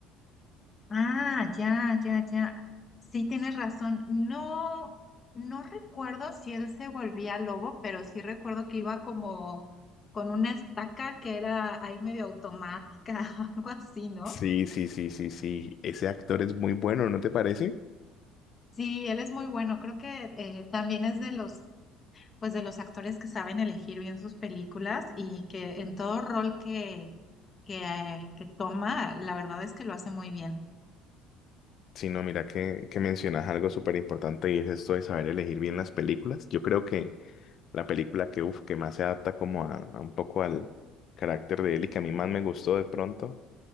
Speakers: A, on the left (about 20°); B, on the left (about 40°).
A: Ah, ya, ya, ya. Sí, tienes razón. No, no recuerdo si él se volvía lobo, pero sí recuerdo que iba como con una estaca que era ahí medio automática <laughs> o algo así, ¿no?
B: Sí, sí, sí, sí, sí, ese actor es muy bueno, ¿no te parece?
A: Sí, él es muy bueno. Creo que eh, también es de los, pues de los actores que saben elegir bien sus películas y que en todo rol que, que, eh, que toma, la verdad es que lo hace muy bien.
B: Sí, no, mira que, que mencionas algo súper importante y es esto de saber elegir bien las películas. Yo creo que la película que, uf, que más se adapta como a, a un poco al carácter de él y que a mí más me gustó de pronto